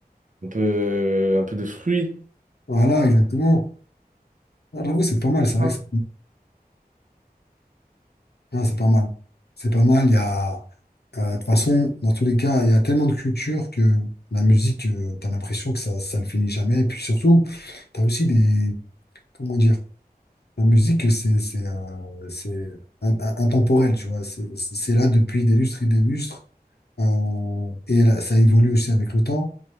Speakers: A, on the right; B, on the left.
A: un peu, un peu de fruits.
B: Voilà, exactement. Ah, j'avoue, c'est pas mal, c'est vrai
A: Ah,
B: que c'est ah, c'est pas mal. C'est pas mal, il y a. euh, De toute façon, dans tous les cas, il y a tellement de culture que la musique, tu as l'impression que ça, ça ne finit jamais. Et puis surtout, tu as aussi des. Comment dire? La musique, c'est c'est euh, c'est in- in- intemporel, tu vois. C'est c'est- c'est là depuis des lustres et des lustres. Euh, et là, ça évolue aussi avec le temps